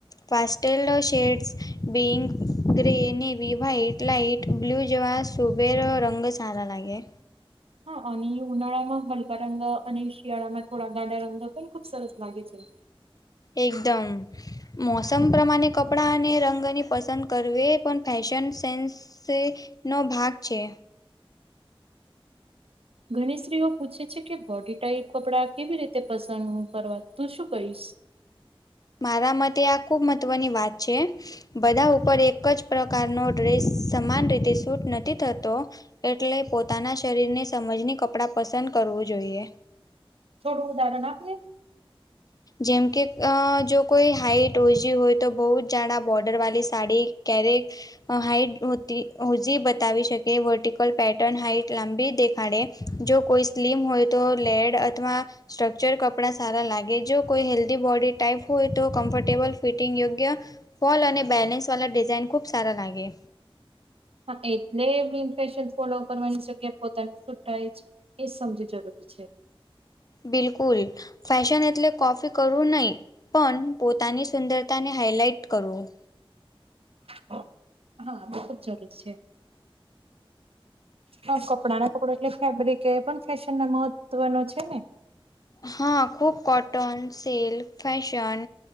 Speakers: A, on the left (about 40°); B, on the right (about 80°).
A: મસ્ટર્ડ શેડ્સ બિંગ grey navy white light blue જેવા સુબેરો રંગ સારા લાગે.
B: હા અને ઉનાળામાં હલકા રંગ અને શિયાળામાં થોડા ગાડા રંગ પણ ખુબ સરસ લાગે છે.
A: એકદમ. મોસમ પ્રમાણે કપડાં અને રંગની પસંદ કરવી એ પણ ફેશન સેન્સ સે નો ભાગ છે.
B: ઘણી સ્ત્રીઓ પૂછે છે કે બોડી ટાઈપ કપડા કેવી રીતે પસંદ કરવા તું શું કહીશ.
A: મારા મતે આ ખૂબ મહત્ત્વની વાત છે. બધા ઉપર એક જ પ્રકારનો ડ્રેસ સમાન રીતે સૂટ નથી થતો. એટલે પોતાના શરીર ની સમજની કપડાં પસંદ કરવું જોઈએ.
B: થોડું ઉદાહરણ આપ ની.
A: જેમકે આ જો કોઈ હાઈટ ઉંચી હોય તો બહુ જાડા બોર્ડર વાળી સાડી ક્યારે આ હાઈટ હોતી હોજી બતાવી શકે વર્ટિકલ પેટર્ન હાઈટ લાંબી દેખાડે જો કોઈ સ્લીમ હોય તો લેડ અથવા સ્ટ્રક્ચર કપડા સારા લાગ ગે જો કોઈ હેલ્ધી બોડી ટાઈપ હોય તો કમ્ફર્ટેબલ ફિટિંગ યોગ્ય ફોલ અને બેલેન્સ વાળા ડિઝાઇન ખુબ સારા લાગે.
B: હા એટલે ગ્રીન ફેશન ફોલો કરવાની જગ્યા પોતાની છૂટાય જ એ સમજી જરૂરી છે.
A: બિલકુલ ફેશન એટલે કોપી કરવું નહીં પણ પોતાની સુંદર તા ને હાઇલાઇટ કરવું.
B: હા આ તો ખુબ જરૂર છે. હા કપડાં ને કપડ એટલે ફેબ્રિક એ પણ ફેશન ના મહત્વ નું છે ને.
A: હા ખૂબ કોટન સિલ્ક ફેશન